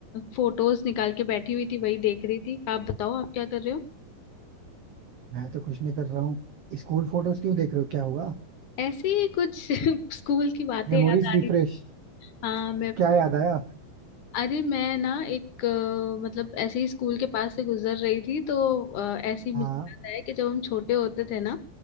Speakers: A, on the left; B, on the right.
A: फोटोज निकाल के बैठी हुई थी वही देख रही थी आप बताओ आप क्या कर रहे हो
B: मैं तो कुछ नहीं कर रहा हूँ स्कूल फोटोज क्यों देख रहे हो क्या हुआ
A: ऐसे ही कुछ <laughs> स्कूल की बातें
B: Memories
A: याद आ
B: refresh
A: रही हाँ
B: क्या याद आया
A: अरे मैं ना एक अ, मतलब ऐसे ही स्कूल के पास से गुजर रही थी तो अ, ऐसे ही मुझे
B: हाँ
A: याद आया कि जब हम छोटे होते थे ना